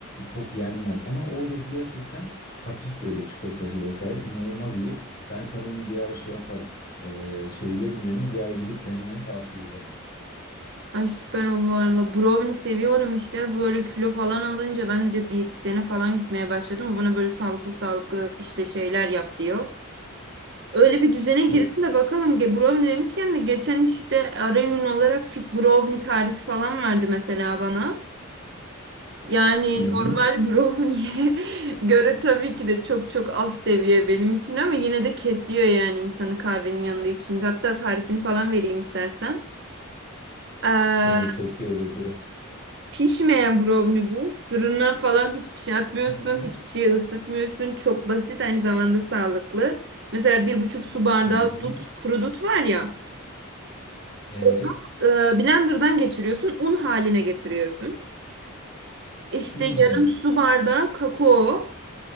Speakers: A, on the left (about 50°); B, on the right (about 55°).
A: çok yenmez ama oradaki gerçekten hafif böyle çikolatası vesaire inanılmaz iyi. Ben sana onu bir ara şey yaparım. E, söylerim yerini bir ara gidip denemeni tavsiye ederim.
B: Ay süper olur valla. Brownie seviyorum işte. Böyle kilo falan alınca ben de diyetisyene falan gitmeye başladım. O bana böyle sağlıklı sağlıklı işte şeyler yap diyor. Öyle bir düzene
A: E,
B: girdim de bakalım. Ge- Brownie demişken de geçen işte ara öğün olarak fit brownie tarifi falan verdi mesela bana. Yani
A: Hı hı.
B: normal brownie'ye <laughs> göre tabii ki de çok çok alt seviye benim için ama yine de kesiyor yani insanı kahvenin yanında içince. Hatta tarifini falan vereyim istersen. Ee,
A: O çok iyi olur bir.
B: Pişmeyen brownie bu. Fırına falan hiçbir şey atmıyorsun.
A: Hı hı.
B: Hiçbir şey ısıtmıyorsun. Çok basit aynı zamanda sağlıklı. Mesela bir buçuk su bardağı
A: Hı hı.
B: dut, kuru dut var ya.
A: Evet.
B: Onu e, blenderdan geçiriyorsun. Un haline getiriyorsun. İşte
A: Hmm.
B: yarım su bardağı kakao.